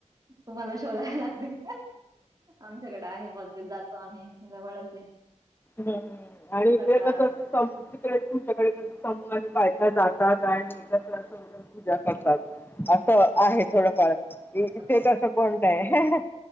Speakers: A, on the right; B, on the left.
A: तुम्हाला शोधावे लागतील आमच्याकडे आहे मग जातो आम्ही जवळचे आहे
B: ह् आणि
A: सगळा
B: ते कस अस तिकडे तुमच्याकडे कस समूह आणि बायका जातात आणि एकत्र अस पूजा करतात असं आहे थोडफार क इथेचसं
A: वाटप.
B: कोण नाही